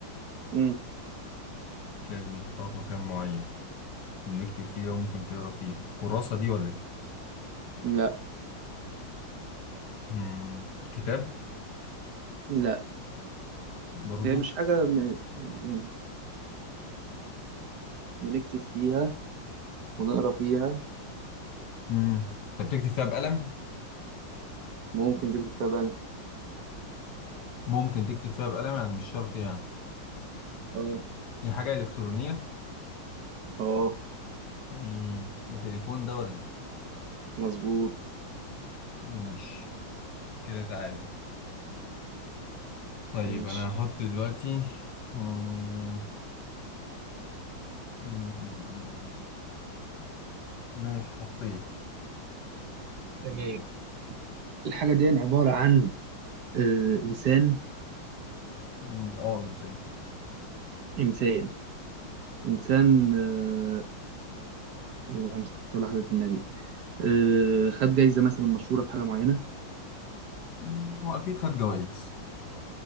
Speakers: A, on the right; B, on the left.
A: امم
B: مش لازم نحطها في مكان معين بنكتب فيها وممكن تقرا فيها كراسة دي ولا إيه؟
A: لا
B: مم، كتاب
A: لا
B: برضو
A: هي مش حاجة م- م- بنكتب فيها ونقرا فيها
B: مم. أنت بتكتب فيها بقلم
A: ممكن نكتب فيها بقى
B: ممكن تكتب فيها بقلم يعني مش شرط يعني
A: اه
B: دي حاجة إلكترونية
A: اه
B: مم. ده تليفون ده ولا إيه؟
A: مظبوط
B: ماشي كده تعادل طيب
A: ماشي
B: أنا هحط دلوقتي مم. مم، مم، مم. ماشي حطيت
A: تمام الحاجة دي عبارة عن آه إنسان
B: مم، اه انسان
A: إنسان إنسان آه اللهم صل على حضرة النبي آه خد جايزة مثلا مشهورة في حاجة معينة
B: مم، هو اكيد خد جوائز